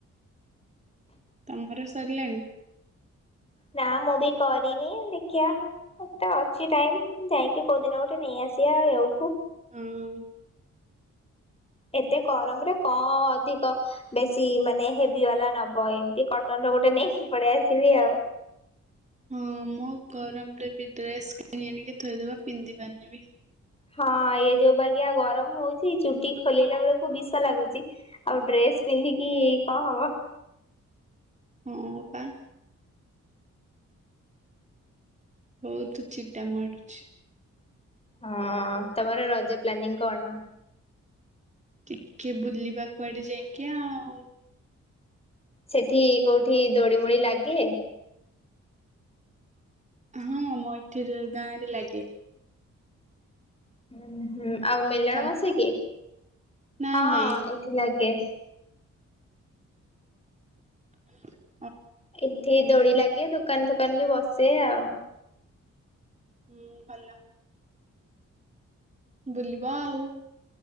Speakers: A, on the right; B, on the left.
A: ତମର ସରିଲାଣି?
B: ନା ମୁଁ ବି କରିନି ଦେଖିବା ଆଉ ତ ଅଛି ଟାଇମ ଯାଇକି କୋଉ ଦିନ ଗୋଟେ ନେଇ ଆସିବା ଏଇଠୁ
A: ହଁ
B: ଏତେ ଗରମରେ କଣ ଅଧିକ ବେଶୀ ମାନେ ହେଭି ବାଲା ନବ ଏମିତି କଟନ ର ଗୋଟେ ନେଇକି ପଡେଇ ଆସିବି ଆଉ।
A: ହଁ ମୋ ଗରମ ରେ ବି ଡ୍ରେସ କିଣି ଆଣିକି ଥୋଇଦବା ପିନ୍ଧି ପାରନି ବି
B: ହଁ ଏ ଯୋଉ ପାଳି ଅଧିକା ଗରମ ହଉଛି ଚୁଟି ଖୋଲିଲା ବେଳକୁ ବିଷ ଲାଗୁଛି ଆଉ ଡ୍ରେସ ପିନ୍ଧିକି କଣ ହବ।
A: ହଁ ପା। ବହୁତ ଚିଡା ମାଡୁଛି ।
B: ହଁ ତମର ରଜ ପ୍ଲାନିଂ କଣ?
A: ଟିକେ ବୁଲିବା କୁଆଡେ ଯାଇକି ଆଉ ।
B: ସେଠି କୋଉଠି ଦୋଡି ମୋଡି ଲାଗେ।
A: ହଁ ମୋ ଏଠି ଗାଁ ରେ ଲାଗେ।
B: ହୁଁ ହୁଁ। ଆଉ ମିଲଣ
A: ତମର?
B: ବସିକି
A: ନାଇଁ
B: ହଁ
A: ନାଇଁ ମାନେ
B: ଏଠି ଲାଗେ।
A: <inaudible>
B: ଏଠେ ଦୌଡ଼ି ଲାଗେ ଦୋକାନ ଫୋକାନ ବି ବସେ ଆଉ।
A: ହୁଁ ଭଲ। ବୁଲିବ ଆଉ।